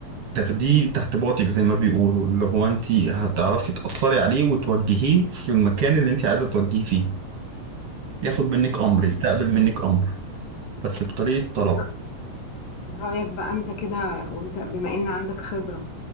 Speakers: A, on the right; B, on the left.
A: تاخديه تحت باطك زي ما بيقولوا اللي هو انت هتعرفي تأثري عليه وتوجهيه في المكان اللي انت عايزة توجهيه فيه ياخد منك امر
B: طب
A: يستقبل
B: أنت
A: منك امر بس بطريقة طلب
B: من رأ- من رأيك بقى انت كده وانت بما ان عندك خبرة